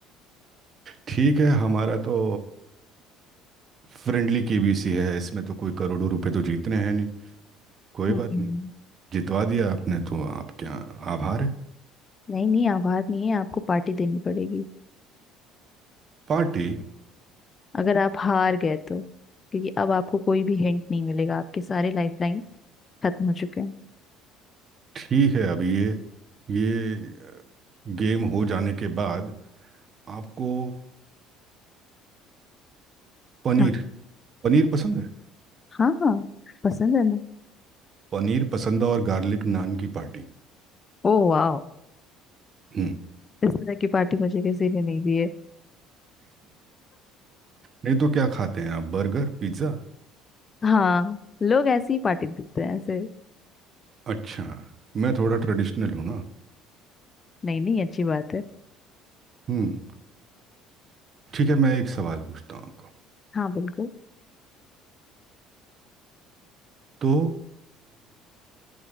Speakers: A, on the right (about 40°); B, on the left (about 30°).
A: ठीक है हमारा तो फ्रेंडली केबीसी है इसमें तो कोई करोड़ों रुपए तो जीतने हैं नहीं कोई
B: हम्म
A: बात नहीं जितवा दिया आपने तो आप क्या आभार है
B: नहीं नहीं आप हार नहीं है आपको पार्टी देनी पड़ेगी
A: पार्टी
B: अगर आप हार गए तो क्योंकि अब आपको कोई भी हिंट नहीं मिलेगा आपके सारे लाइफलाइन खत्म हो चुके हैं
A: ठीक है अभी ये ये गेम हो जाने के बाद आपको पनीर
B: हाँ
A: पनीर पसंद है
B: हाँ हाँ, पसंद है ना
A: पनीर पसंद है और गार्लिक नान की पार्टी
B: ओ वाह
A: हम्म
B: इस तरह की पार्टी मुझे किसी ने नहीं दी है
A: नहीं तो क्या खाते हैं आप बर्गर पिज्ज़ा
B: हाँ लोग ऐसी ही पार्टी देते हैं ऐसे
A: अच्छा मैं थोड़ा ट्रेडिशनल हूँ ना
B: नहीं नहीं अच्छी बात है
A: हम्म ठीक है मैं एक सवाल पूछता हूँ आपको
B: हाँ बिल्कुल
A: तो